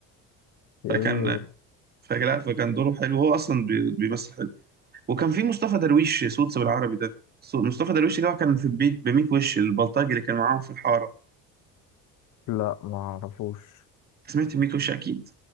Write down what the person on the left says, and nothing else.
إيه
لا ما أعرفوش